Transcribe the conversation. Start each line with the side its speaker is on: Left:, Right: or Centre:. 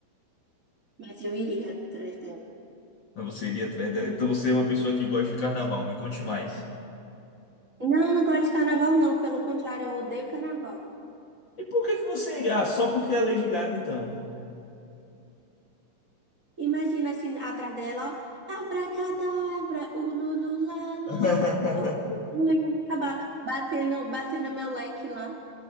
Right: Mas eu iria atrás dela.
Left: Mas você iria atrás dela. Então você é uma pessoa que gosta de carnaval, me conte mais.
Right: Não, eu não gosto de carnaval, não. Pelo contrário, eu odeio carnaval.
Left: E por que que você iria? Ah, só porque é a Lady Gaga, então.
Right: Imagina assim, atrás dela, ó. Abracadabra, ulululala.
Left: <laughs>
Right: Oxe, Eu ia acabar batendo, batendo meu leque lá.